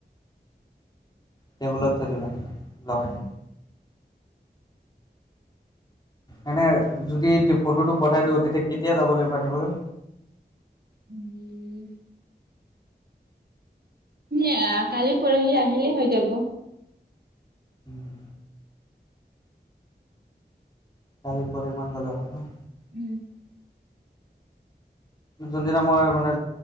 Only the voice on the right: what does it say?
উম,
উম এ কালি, পৰহি আহিলেই হৈ যাব।
উম!